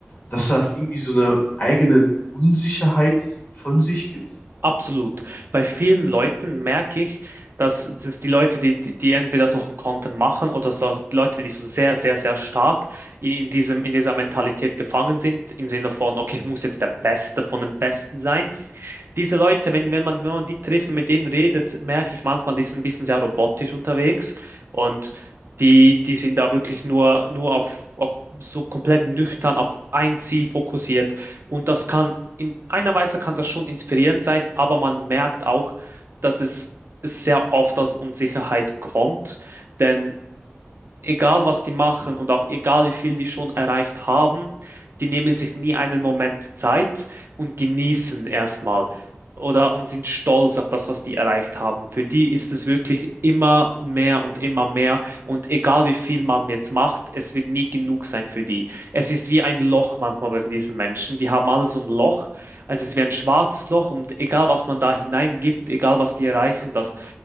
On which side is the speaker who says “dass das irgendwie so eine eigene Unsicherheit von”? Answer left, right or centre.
Left